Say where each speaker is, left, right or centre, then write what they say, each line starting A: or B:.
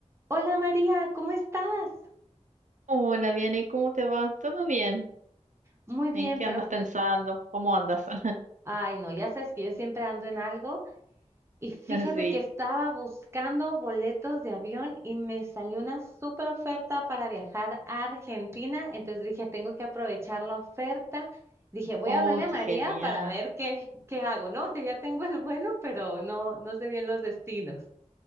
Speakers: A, on the right; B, on the right.
A: Hola María, ¿cómo estás?
B: Hola, Vianey, ¿cómo te va? ¿Todo bien?
A: Muy bien,
B: ¿En qué
A: pero,
B: andas pensando? ¿Cómo andas? <laughs>
A: ay no, ya sabes que yo siempre ando en algo y fíjate
B: Así.
A: que estaba buscando boletos de avión y me salió una súper oferta para viajar a Argentina, entonces dije, tengo que aprovechar la oferta. Dije, voy
B: Oh,
A: a hablarle a
B: qué
A: María
B: genial,
A: para ver qué, qué hago, ¿no? Que ya tengo el vuelo, pero no, no sé bien los destinos.